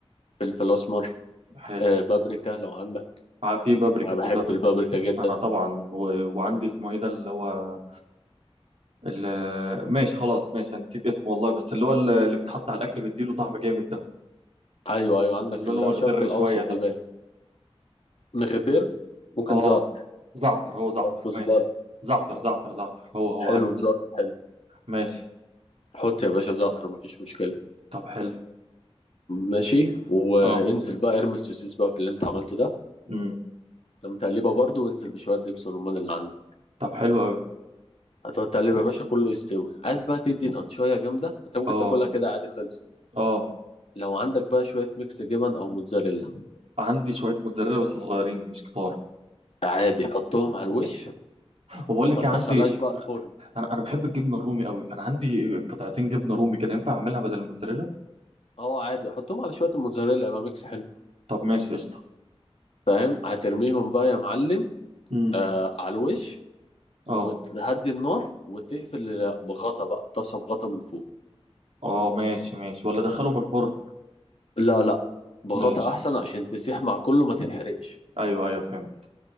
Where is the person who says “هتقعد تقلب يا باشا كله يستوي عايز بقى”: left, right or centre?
Left